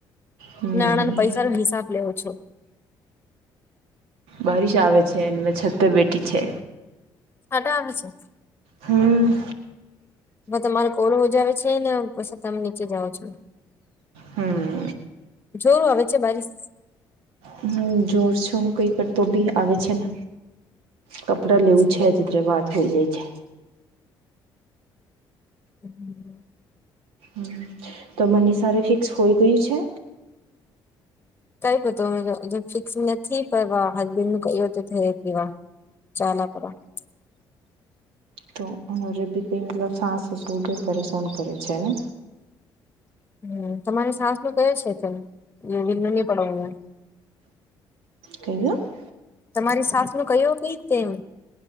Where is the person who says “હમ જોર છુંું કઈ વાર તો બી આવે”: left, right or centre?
Right